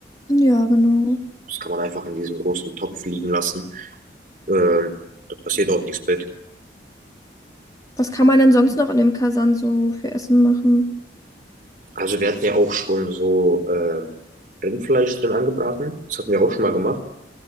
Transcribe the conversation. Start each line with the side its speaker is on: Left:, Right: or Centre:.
Left: Ja, genau.
Right: Das kann man einfach in diesem großen Topf liegen lassen. Ähm, da passiert auch nichts mit.
Left: Was kann man denn sonst noch in dem Kasan so für Essen machen?
Right: Also wir hatten ja auch schon so äh, Rindfleisch drin angebraten. Das hatten wir auch schon mal gemacht,